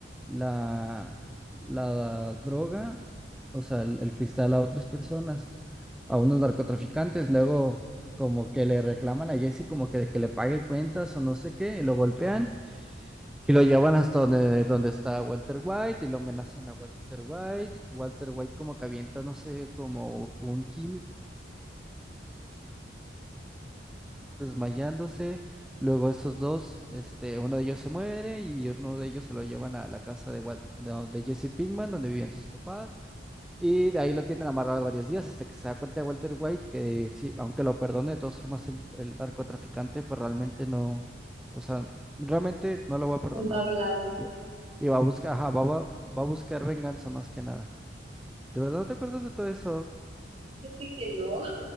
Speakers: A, in the centre; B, on the right.
A: la, la droga, o sea, el, el cristal a otras personas, a unos narcotraficantes. Luego, como que le reclaman a Jesse como que, de que le pague cuentas o no sé qué, y lo golpean y lo llevan hasta donde, donde está Walter White y lo amenazan a Walter White. Walter White como que avienta, no sé, como un químico desmayándose. Luego esos dos, este, uno de ellos se muere y uno de ellos se lo llevan a la casa de, Wal- no, de Jesse Pinkman, donde vivían sus papás. Y de ahí lo tienen amarrado varios días hasta que se da cuenta de Walter White que sí, aunque lo perdone, de todas formas el, el narcotraficante, pues realmente no, o sea, realmente no lo va a perdonar.
B: Pues va a hablar, ¿no?
A: Y, y va a buscar, ajá, va, va- va a buscar venganza más que nada. ¿De verdad no te acuerdas de todo eso?
B: Fíjate que no.